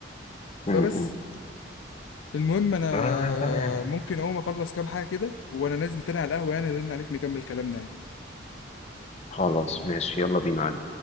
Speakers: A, on the left; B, on the left.
A: فبس
B: مم، مم.
A: المهم انا
B: آه لا يا عم
A: ممكن اقوم اخلص كام حاجه كده وانا نازل تاني على القهوه يعني ارن عليك نكمل كلامنا يعني
B: خلاص ماشي يلا بينا